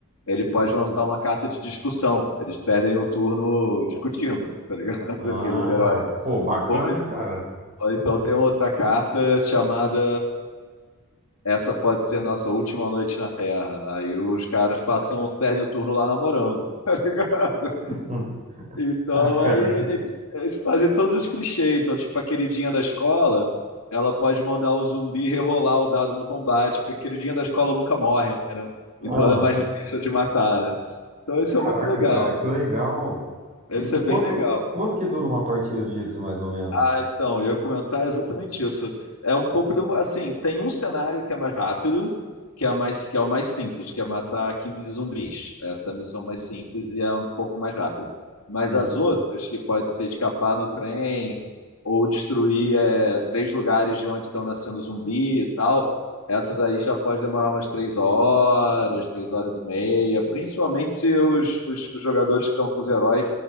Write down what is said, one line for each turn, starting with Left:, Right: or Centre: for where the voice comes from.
Left: ele pode lançar uma carta de discussão. Eles perdem o turno discutindo, tá ligado? <laughs>
Right: Ah,
Left: Aqueles heróis.
Right: pô, bacana,
Left: Ou,
Right: cara.
Left: ou então tem outra carta chamada Essa pode ser nossa última noite na Terra. Aí os caras passam, perdem o turno lá namorando, <laughs> tá ligado?
Right: Hum. <laughs>
Left: Então,
Right: Ah, cara.
Left: é, é, é de é fazer todos os clichês. Então, tipo, a queridinha da escola, ela pode mandar o zumbi rerolar o dado no combate, porque a queridinha da escola nunca morre, né? Então,
Right: Aham.
Left: ela é mais difícil de matar, né? Então, isso
Right: Caraca,
Left: é muito legal.
Right: cara, que legal.
Left: Isso
Right: E,
Left: é
Right: e quanto,
Left: bem legal.
Right: quanto que dura uma partida disso, mais ou menos?
Left: Ah, então, eu ia comentar exatamente isso. É um pouco demo- assim, tem um cenário que é mais rápido, que é mais que é o mais simples, que é matar 15 zumbis. Essa é a missão mais simples e é um pouco mais rápida. Mas
Right: Sim.
Left: as outras, que pode ser escapar no trem ou destruir é, três lugares de onde estão nascendo zumbi e tal, essas aí já pode demorar umas três horas, três horas e meia, principalmente se os, os os jogadores que estão com os heróis